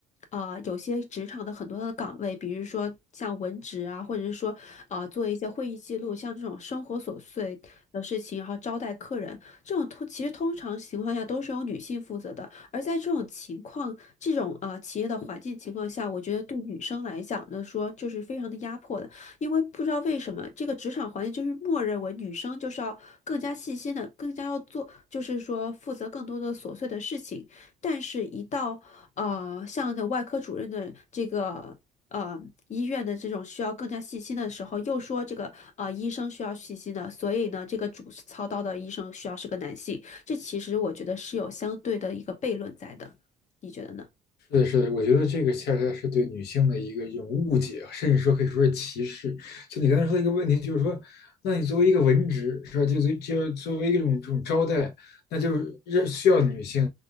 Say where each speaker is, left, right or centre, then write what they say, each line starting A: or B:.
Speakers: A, on the left (about 45°); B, on the left (about 75°).
A: 呃，有些职场的很多的岗位，比如说像文职啊，或者是说，呃，做一些会议记录，像这种生活琐碎的事情，然后招待客人，这种通其实通常情况下都是由女性负责的。而在这种情况，这种呃企业的环境情况下，我觉得对女生来讲呢，说就是非常的压迫的，因为不知道为什么这个职场环境就是默认为女生就是要更加细心的，更加要做，就是说负责更多的琐碎的事情。但是，一到呃像的外科主任的这个呃医院的这种需要更加细心的时候，又说这个呃医生需要细心的，所以呢，这个主操刀的医生需要是个男性，这其实我觉得是有相对的一个悖论在的，你觉得呢？
B: 是的，是的，我觉得这个恰恰是对女性的一个一种误解啊，甚至说可以说是歧视。就你刚才说的一个问题，就是说，那你作为一个文职，是吧？就就就作为一种这种招待，那就是让需要女性，